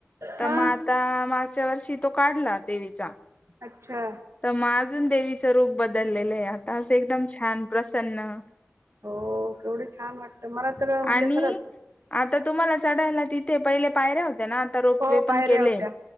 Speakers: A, on the left; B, on the right.
A: तर
B: हा
A: मग आता मागच्या वर्षी तो काढला देवीचा
B: अच्छा
A: तर मग अजून देवीचं रूप बदललेलं आहे आता असं एकदम छान प्रसन्न
B: हो केवढी छान वाटत मला तर म्हणजे
A: आणि
B: खरंच
A: आता तुम्हाला चढायला तिथे पहिले पायऱ्या होत्या ना आता रोपवे
B: हो पायऱ्या
A: पण केले
B: होत्या